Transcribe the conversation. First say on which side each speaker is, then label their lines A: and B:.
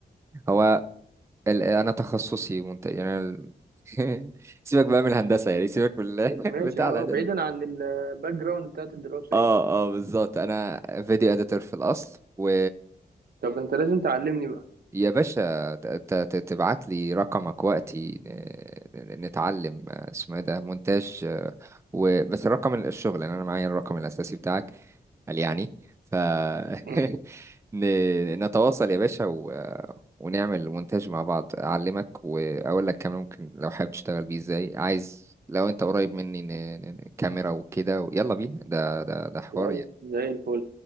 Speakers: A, on the right (about 15°); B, on the right (about 65°).
A: هو ال- انا تخصصي مونتاج يعني أنا ال- <laughs> سيبك بقى من الهندسة يعني سيبك من ال-
B: ماشي
A: <laughs> بتاع
B: اه
A: الإعداد.
B: اه بعيدا عن الباك جراوند بتاعت الدراسة
A: اه
B: يعني
A: اه بالظبط انا فيديو اديتور في الاصل و
B: طب انت لازم تعلمني بقى
A: يا باشا ت- ت- تبعت لي رقمك وقتي ن- ن- نتعلم آه، اسمه ايه ده مونتاج وبس الرقم الشغل لان انا معايا الرقم الاساسي بتاعك قال يعني ف <laughs>
B: مم.
A: ن- نتواصل يا باشا و... ونعمل مونتاج مع بعض اعلمك واقول لك كمان ممكن لو حابب تشتغل بيه ازاي عايز لو انت قريب مني ن... ن... ن- كاميرا وكده و... يلا بينا ده ده ده حوار
B: يلا
A: يعني
B: زي الفل